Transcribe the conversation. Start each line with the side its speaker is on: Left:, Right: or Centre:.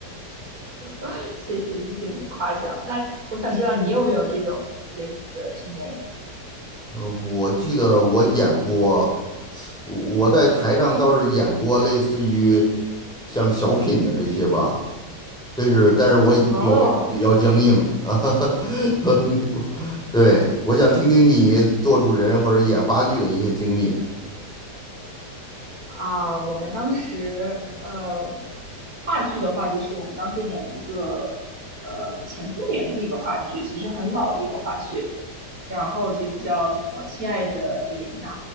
Right: <laughs> 谢谢谢谢你的夸奖。那我想知道你有没有这种类似的经验呀？
Centre: 呃，我记得我演过，我我在台上倒是演过类似于像小品的这些吧，但是但是我以表演得比较僵硬啊，
Right: 哦，
Centre: <laughs> 和你对，我想听听你做主持人或者演话剧的一些经历。
Right: 啊，我们当时呃，话剧的话，就是我们当时演了一个呃前苏联的一个话剧，其实很老的一个话剧，然后就叫什么“亲爱的叶莲娜”，